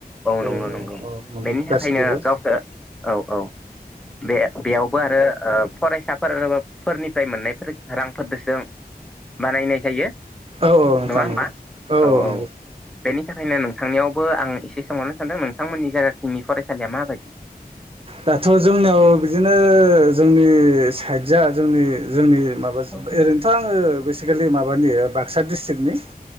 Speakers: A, on the right (about 35°); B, in the centre.
A: औ
B: नंगौ नंगौ
A: औ औ नंगौ
B: बेनि थाखायनो
A: गासिबावबो।
B: गावसोर औ औ बे बेयावबो आरो ओ फरायसाफोर फोरनिफ्राय मोननायफोर रांफोरजोंसो बानायनाय जायो।
A: औ औ नोंथां
B: नङा होमबा
A: नंगौ
B: औ औ।
A: नंगौ
B: बेनि थाखायनो नोंथांनियावबो आं एसे सोंहरनो सानदों नोंथांमोननि जायगाथिंनि फरायसालिया माबायदि?
A: दाथ' जोंनियाव बिदिनो जोंनि साइडजआ जोंनि जोंनि माबा
B: औ
A: ओरैनोथ' आङो बेसिकेलि माबानि बाक्सा डिस्ट्रिकनि।